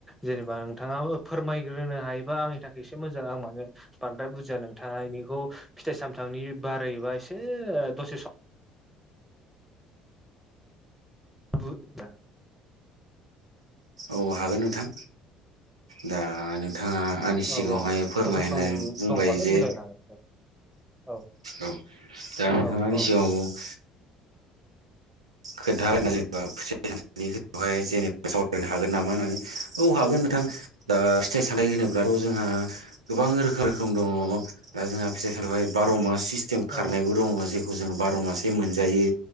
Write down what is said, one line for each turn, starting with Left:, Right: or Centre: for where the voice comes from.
Centre: जेनेबा नोंथाङाबो फोरमायग्रोनो हायोबा आंनि थाखाय एसे मोजां आं माने बांद्राय बुजिया नों थां इनिखौ फिथाइ सामथामनि बारैबा एसे दसे सम <inaudible> <unintelligible> ह द <unintelligible>
Right: औ हागोन नोंथां दा नों नोंथाङा आंनि सिगाङावहाय
Centre: औ
Right: फोरमायनानै
Centre: दसे सम
Right: बुंबाय
Centre: दंबालाय
Right: जे
Centre: बुजायनो हागोन दे औ
Right: औ दा नोथाङा
Centre: औ
Right: आंनि
Centre: औ
Right: सिगाङाव <unintelligible> जेनेबा सावरायनो हागोन नामा होननानै औ हागोन नोंथां दा फिथाइ सामथाइ होनोब्लाथ' जोंहा गोबां रोखोम रोखोम दङ दा जोंहा फिथाइ सामथाइ बेवहाय बार' मास सिस्टेम खारनायबो
Centre: औ
Right: दङ जेखौ जों बार' मासेै मोनजायो